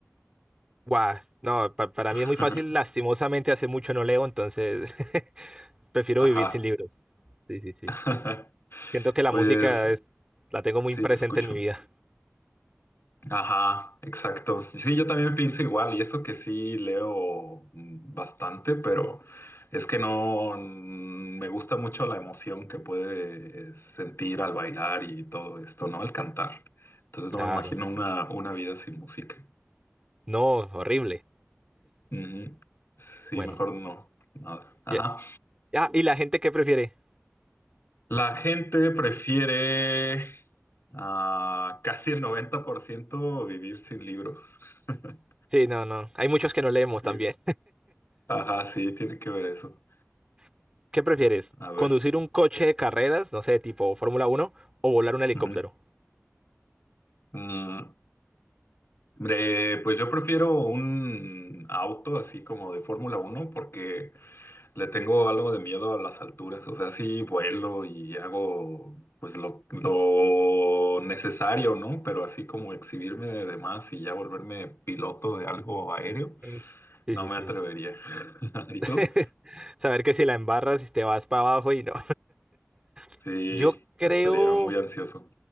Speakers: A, on the right; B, on the left.
A: Guau, no, pa- para
B: <laughs>
A: mí es muy fácil, lastimosamente hace mucho no leo, entonces <laughs> prefiero
B: Ajá.
A: vivir sin libros. Sí, sí, sí.
B: <laughs>
A: Siento que la
B: Pues
A: música es, la tengo muy
B: sí,
A: presente
B: te escucho.
A: en mi vida.
B: Ajá, exacto. Sí, yo también pienso igual, y eso que sí leo mm, bastante, pero es que no mm, me gusta mucho la emoción que puede eh, sentir al bailar y todo esto, ¿no? Al cantar. Entonces
A: Claro.
B: no me imagino una, una vida sin música.
A: No, horrible.
B: Ujú. Sí,
A: Bueno.
B: mejor no. Nada. Ajá.
A: ya- Ah, ¿y la gente qué prefiere?
B: La gente prefiere ah, casi el 90% vivir sin libros. <laughs>
A: Sí, no, no. Hay muchos que no leemos
B: Sí.
A: también.
B: Ajá, sí, tiene que ver eso.
A: <laughs> ¿Qué prefieres?
B: A ver.
A: ¿Conducir un coche de carreras, no sé, tipo Fórmula uno o volar un helicóptero?
B: Ujú. Mm, eh, pues yo prefiero un auto así como de Fórmula uno porque Le tengo algo de miedo a las alturas, o sea, sí vuelo y hago pues lo, lo necesario, ¿no? Pero así como exhibirme de demás y ya volverme piloto de algo aéreo,
A: Es- Sí,
B: no
A: sí,
B: me
A: sí.
B: atrevería. <laughs> ¿Y tú?
A: <laughs> Saber que si la embarras te vas para abajo y no. <laughs>
B: Sí,
A: Yo creo.
B: estaría muy ansioso.